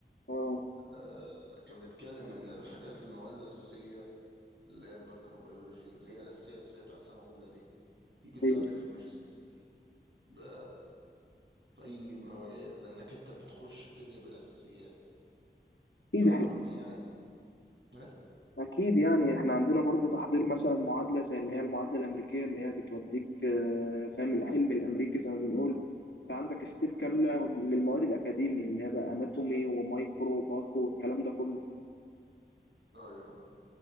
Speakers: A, on the left; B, on the right.
A: اه
B: آه، كان بيتكلم ان الحاجات المواد الاساسيه اللي هي الميكروبيولوجي اللي هي الاساسيه الاساسيه بتاعت سنه اولى دي دي بتساعدك
A: طيب.
B: في الماجستير ب- في اي مجال لانك انت بتخش بتبني بالاساسيات فانا
A: اكيد احنا
B: قلت يعني ايه
A: اكيد يعني احنا عندنا برضو تحضير مثلا معادله زي اللي هي المعادله الامريكيه اللي هي بتوديك آه، فاهم الحلم الامريكي زي ما بنقول انت عندك ستيب كامله
B: آه.
A: للمواد الاكاديميه اللي هي بقى اناتومي ومايكرو وباثو والكلام ده كله
B: ايوه